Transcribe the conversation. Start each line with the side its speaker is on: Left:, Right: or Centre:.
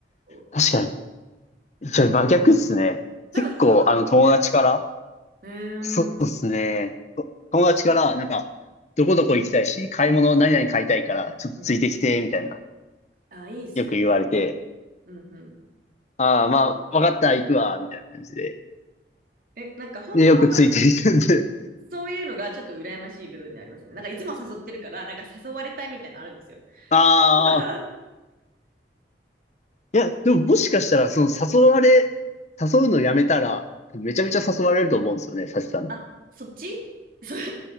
Right: そう
Left: 確かに。じゃ真逆っすね。
Right: 多分そうですね。
Left: 結構、あの、友達から、
Right: うーん、
Left: そうですね。
Right: うん
Left: 友達から、なんか、どこどこ行きたいし、買い物何々買いたいから、ちょっとついてきて、
Right: うん。
Left: みたいな、
Right: あ、いいですね。
Left: よく言われて、
Right: うんうん。
Left: ああ、まあ、わかった、行くわ、みたいな感じで。
Right: え、なんか本当は
Left: で、よくついてきてんで、
Right: そういうのがちょっと羨ましい部分でありますね。なんかいつも誘ってるから、なんか誘われたいみたいなのあるんですよ。
Left: ああ、
Right: <laughs>
Left: いや、でももしかしたら、その誘われ、誘うのやめたら、めちゃめちゃ誘われると思うんですよね、サチさん。
Right: あ、そっちそう <laughs> っ